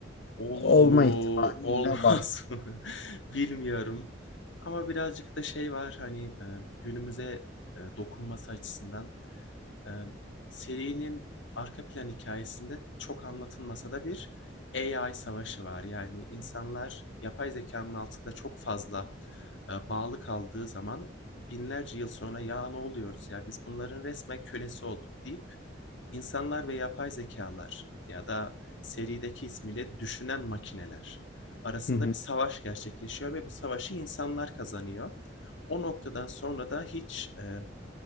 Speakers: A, on the left; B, on the left.
A: olur
B: Olma
A: mu,
B: ihtimali
A: olmaz
B: yine var.
A: mı <laughs> bilmiyorum ama birazcık da şey var, hani, eee, günümüze, eee, dokunması açısından Ee, serinin arka plan hikayesinde çok anlatılmasa da bir AI savaşı var. Yani insanlar yapay zekanın altında çok fazla e, bağlı kaldığı zaman binlerce yıl sonra ya ne oluyoruz ya biz bunların resmen kölesi olduk deyip insanlar ve yapay zekalar ya da serideki ismiyle düşünen makineler arasında
B: Hı hı.
A: bir savaş gerçekleşiyor ve bu savaşı insanlar kazanıyor. O noktadan sonra da hiç e,